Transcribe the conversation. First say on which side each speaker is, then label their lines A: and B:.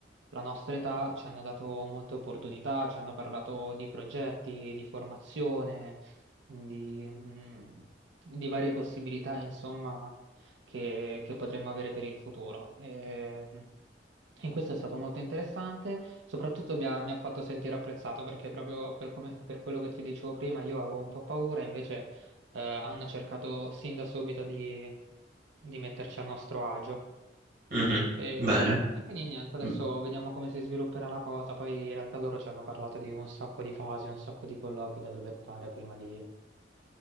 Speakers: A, on the right; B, on the right.
A: la nostra età, ci hanno dato molte opportunità, ci hanno parlato di progetti, di formazione, di, mh, di varie possibilità, insomma, che, che potremmo avere per il futuro. Ehm, E, in questo è stato molto interessante, soprattutto mi ha, mi ha fatto sentire apprezzato perché proprio per, come- per quello che ti dicevo prima io avevo un po' paura, invece eh, hanno cercato sin da subito di, di metterci a nostro agio.
B: mhm.
A: E,
B: Bene.
A: e quindi niente, adesso
B: Mm,
A: vediamo come si svilupperà la cosa. Poi in realtà loro ci hanno parlato di un sacco di fasi, un sacco di colloqui da dover fare prima di